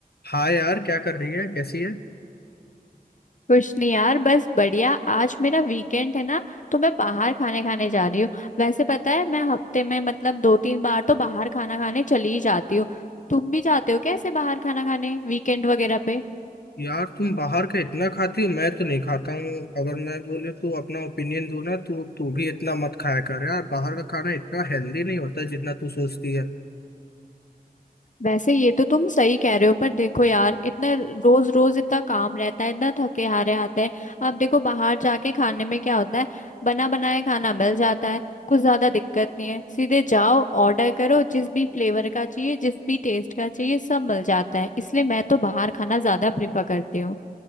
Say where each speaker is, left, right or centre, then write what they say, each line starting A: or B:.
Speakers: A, on the left; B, on the left.
A: हाँ यार क्या कर रही है कैसी है
B: कुछ नहीं यार बस बढ़िया आज मेरा वीकेंड है ना तो मैं बाहर खाने खाने जा रही हूँ वैसे पता है मैं हफ्ते में मतलब दो तीन बार तो बाहर खाना खाने चली ही जाती हूँ तुम भी जाते हो क्या ऐसे बाहर खाना खाने वीकेंड वगैरह पे
A: यार तुम बाहर का इतना खाती हो मैं तो नहीं खाता हूँ अगर मैं बोले तो अपना ओपिनियन दूँ ना तो तू भी इतना मत खाया कर यार बाहर का खाना इतना हेल्दी नहीं होता जितना तू सोचती है
B: वैसे ये तो तुम सही कह रहे हो पर देखो यार इतना रोज रोज इतना काम रहता है इतना थके हारे आते हैं अब देखो बाहर जाके खाने में क्या होता है बना बनाया खाना मिल जाता है कुछ ज्यादा दिक्कत नहीं है सीधे जाओ ऑर्डर करो जिस भी फ्लेवर का चाहिए जिस भी टेस्ट का चाहिए सब मिल जाता है इसलिए मैं तो बाहर खाना ज्यादा प्रीफर करती हूँ